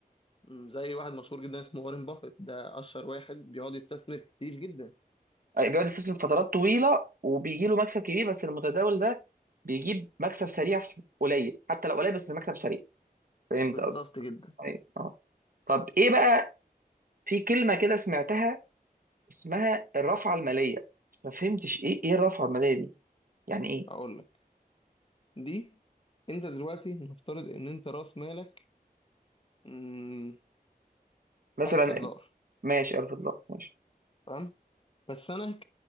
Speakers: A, on the left; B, on the right.
A: م، زي واحد مشهور جدا اسمه وارين بافيت ده اشهر واحد بيقعد يستثمر كتير جدا
B: بيقعد يستثمر فترات طويله وبيجي له مكسب كبير بس المتداول ده بيجيب مكسب سريع في قليل حتى لو قليل بس المكسب سريع فهمت
A: بالظبط
B: قصدي
A: جدا
B: أيوة. اه طب ايه بقى في كلمه كده سمعتها اسمها الرافعه الماليه بس ما فهمتش ايه ايه الرافعه الماليه دي يعني ايه
A: هقول لك دي انت دلوقتي نفترض ان انت راس مالك م،
B: مثلا
A: 1000 دولار
B: ماشي الف الله ماشي
A: تمام بس انا